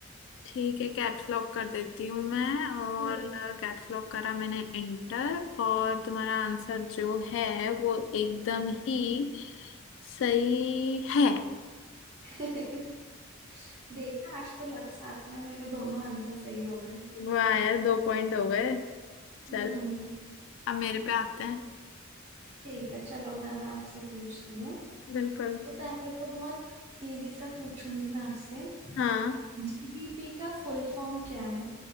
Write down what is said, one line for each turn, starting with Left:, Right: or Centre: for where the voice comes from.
Left: ठीक है कैप्स लॉक कर देती हूँ मैं और
Right: हम्म
Left: कैप्स लॉक करा मैंने एंटर और तुम्हारा आंसर जो है वो एकदम
Right: हम्म।
Left: ही सही है
Right: <laughs> देखा आज तो लग साथ में मेरे दोनों आंसर सही हो गए
Left: वाह यार दो पॉइंट हो गए चल
Right: हम्म
Left: अब मेरे पे आते हैं
Right: ठीक है चलो मैं अब आपसे पूछती हूँ
Left: बिल्कुल
Right: तो पहले तो बहुत इजी सा पूछूंगी मैं आपसे
Left: हाँ
Right: जीडीपी का फुल फॉर्म क्या है